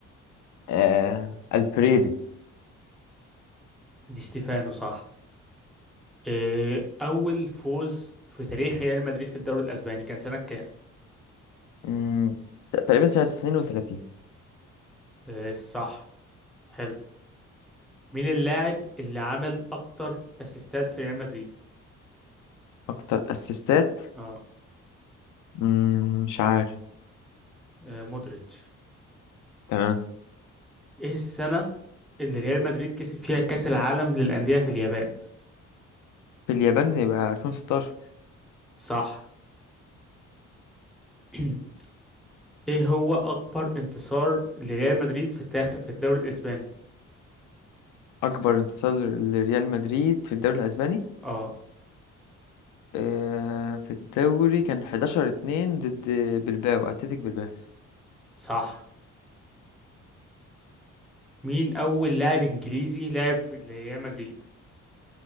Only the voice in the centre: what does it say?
دي ستيفانو صح آه، اول فوز في تاريخ ريال مدريد في الدوري الاسباني كان سنه كام
آه، صح حلو مين اللاعب اللي عمل اكتر اسيستات في ريال مدريد
اه
آه، مودريتش
ايه السنه اللي ريال مدريد كسب فيها كاس العالم للانديه في اليابان
صح <clears throat> ايه هو اكبر انتصار لريال مدريد في التاخ... في الدوري الاسباني
اه
صح مين اول لاعب انجليزي لعب في ريال مدريد